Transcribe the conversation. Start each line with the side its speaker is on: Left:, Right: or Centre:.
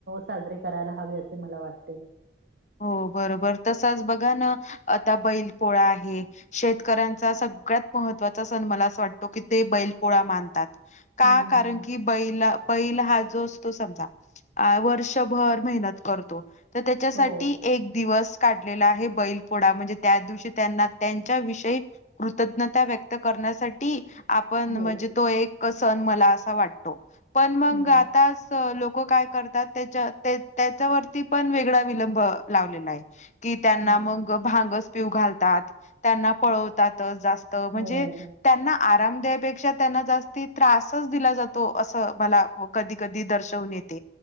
Right: साजरे करायला हवे, असे मला वाटते.
Left: हो बरोबर तसंच बघा ना. आता बैल पोळा आहे. शेतकऱ्यांचा सगळ्यात महत्त्वाचा सण मला अस वाटतो, की ते बै <unintelligible> मानतात का
Right: हं, हं,
Left: कारण,
Right: हं.
Left: की बैला बैल हा जो असतो. समजा वर्षभर मेहनत करतो, तर त्याच्यासाठी.
Right: हो,
Left: ती एक दिवस. काढलेला आहे बैल पोळा म्हणजे, त्या दिवशी त्यांना त्यांच्या विषयी कृतज्ञता व्यक्त कर <unintelligible> आपण
Right: हो,
Left: म्हणजे, तो एक सण मला असा वाटते. पण मग
Right: हो,
Left: आताच लोक. काय करतात? त्या त्याच्या वरती पण वेगळा विलंब लावलेला आहे. की त्यांना
Right: हं,
Left: मग भांगच पिऊ घालतात. त्यांना पळवतातच म्हणजे
Right: हो,
Left: त्यांना आराम द्यायपेक्षा त्यांना जास्ती त्रासच दिला जातो. असं मला कधी कधी दर्शवून येत.